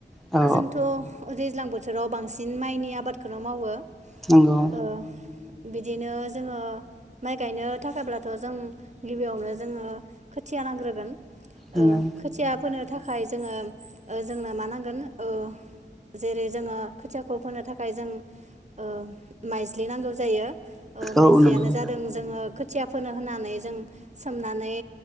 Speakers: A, in the centre; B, on the right.
A: औ
B: जोंथ' ओ दैज्लां बोथ बोथोराव बांसिन माइनि आबादखौनो मावो
A: नोंगौ।
B: ओ बिदिनो जोङो माइ गायनो थाखायब्लाथ' जों गिबियावनो जोङो खोथिया नांग्रोगोन
A: नंगौ
B: ओ खोथिया फोनो थाखाय जोङो ओ जोंनो मा नांगोन ओ जेरै जोङो खोथियाखौ फोनो थाखाय जों ओ माइज्लि नांगौ जायो ओ माइज्लियानो
A: औ नंगौ
B: जादों जोङो खोथिया फोनो होननानै जों सोमनानै